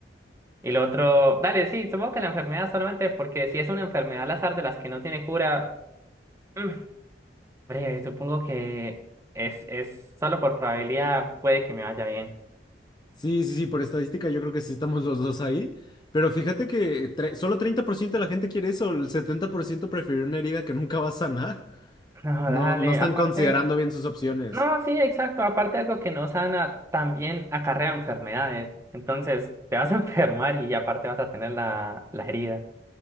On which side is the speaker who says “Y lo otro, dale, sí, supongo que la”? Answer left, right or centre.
Right